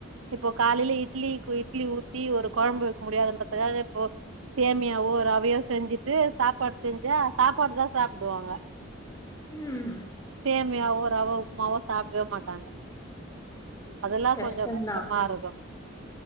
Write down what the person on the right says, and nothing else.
இப்போ காலையில இட்லிக்கு இட்லி ஊத்தி ஒரு கொழம்பு வெக்க முடியாதுன்ற தூக்காக இப்போ சேமியாவோ ரவையோ செஞ்சுட்டு சாப்பாடு செஞ்சா சாப்பாடுதா சாப்டுவாங்க
சேமியாவோ ரவ உப்புமாவோ சாப்டவே மாட்டாங்க அதல்லா
கொஞ்சோ கஷ்டமா
இருக்கு